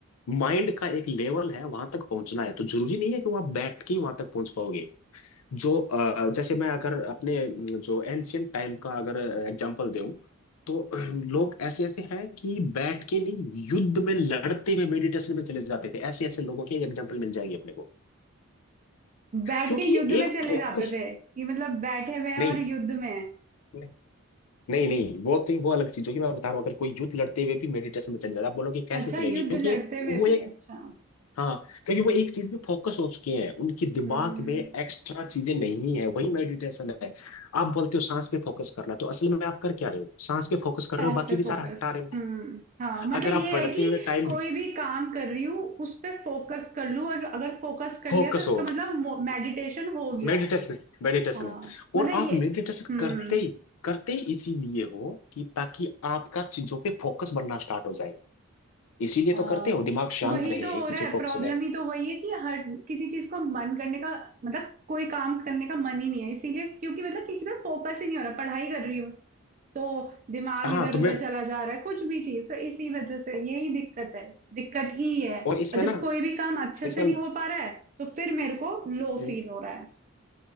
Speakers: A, on the left; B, on the right.
A: माइंड का एक लेवल है वहां तक पहुंचना है तो जरूरी नहीं है कि वो आप बैठ के ही वहां तक पहुंच पाओगे जो अ, जैसे मैं अगर अपने अम, जो एंशियंट टाइम का अगर एग्जांपल दूं तो <clears throat> अ, लोग ऐसे ऐसे हैं कि बैठ के नहीं युद्ध में लड़ते हुए मेडिटेशन में चले जाते थे ऐसे ऐसे लोगों के एग्जांपल मिल जाएंगे अपने को
B: बैठ
A: क्योंकि
B: के युद्ध
A: ये
B: में
A: एक
B: चले
A: फोकस
B: जाते थे कि मतलब बैठे हुए हैं
A: नहीं
B: और युद्ध में हैं
A: नहीं नहीं नहीं, वो तो वो अलग चीज होगी मैं बता रहा हूँ अगर कोई युद्ध लड़ते हुए भी मेडिटेशन में चले जाता आप बोलोगे कैसे
B: अच्छा
A: चलेगी
B: युद्ध
A: क्योंकि
B: लड़ते
A: ये
B: हुए
A: वो एक
B: भी अच्छा
A: हाँ क्योंकि वो एक चीज पे फोकस हो चुके हैं उनके दिमाग
B: हम्म
A: में एक्स्ट्रा चीजें नहीं है वही मेडिटेशन है आप बोलते हो सांस पे फोकस करना तो असल में आप कर क्या रहे हो सांस पे फोकस कर
B: पास
A: रहे हो बाकी
B: पे
A: विचार
B: फोकस
A: हटा रहे हो
B: हम्म हाँ मतलब
A: अगर
B: ये
A: आप पढ़ते
B: है कि
A: हुए टाइम
B: कोई भी काम कर रही हूँ उस पे फोकस कर लूँ और अगर फोकस कर
A: फोकस
B: लिया तो इसका
A: हो
B: मतलब मेडिटेशन हो गया
A: मेडिटेशन
B: है
A: है मेडिटेशन
B: हाँ
A: है
B: मतलब
A: और
B: ये
A: आप मेडिटेशन
B: हम्म
A: करते ही करते ही इसीलिए हो कि ताकि आपका चीजों पे फोकस बनना स्टार्ट हो जाए इसीलिए तो
B: हाँ
A: करते हो दिमाग
B: तो
A: शांत
B: वही
A: रहे
B: तो हो
A: एक चीज
B: रहा
A: पे
B: है
A: फोकस
B: प्रॉब्लम
A: हो जाए
B: ही तो वही है कि हर किसी चीज को मन करने का मतलब कोई काम करने का मन ही नहीं है इसीलिए क्योंकि मतलब किसी पे फोकस ही नहीं हो रहा पढ़ाई कर रही हूँ तो दिमाग
A: हाँ
B: इधर
A: तो
B: उधर
A: मैं
B: चला जा रहा है कुछ भी चीज तो इसी वजह से यही दिक्कत है दिक्कत ही ये है
A: और इसमें
B: और जब
A: ना
B: कोई भी काम अच्छे
A: इसमें
B: से नहीं हो पा रहा है तो फिर मेरे को लो
A: हम्म,
B: फील हो रहा है